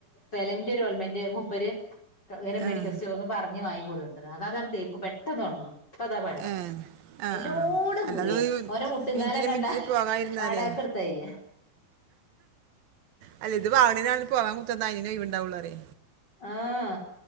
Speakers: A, on the left (about 25°); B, on the right (about 75°).
A: വെലന്റെോൽമെന്റ് മുപ്പര്. ഇങ്ങനെ മെഡിക്കൽ
B: ആ
A: സ്റ്റോർന്ന് പറഞ്ഞ് വാങ്ങി കൊടുത്ക്ക്ണ് അതാണ് തേക്കും പെട്ട ത തുണങ്ങും ഇപ്പതാ പണി.
B: ഏ ആ
A: എല്ലോടും
B: ആ അല്ലാതെ
A: മുറിയാ,
B: ഒരു
A: ഓന്റ മുട്ടിങ്കാലൊ
B: മിനിറ്റിന്
A: കണ്ടാ
B: മിനിറ്റിന് പോകാതിരുന്നാലേ
A: വാടകക്ക്ട്ത്താരിയാ. ആഹ്.
B: അല്ല ഇത് വാവിടന ആ പോകാൻ- കുത്തന്നാ അന ഒഴിവണ്ടാവുള്ളൂ അറേ.
A: ആഹ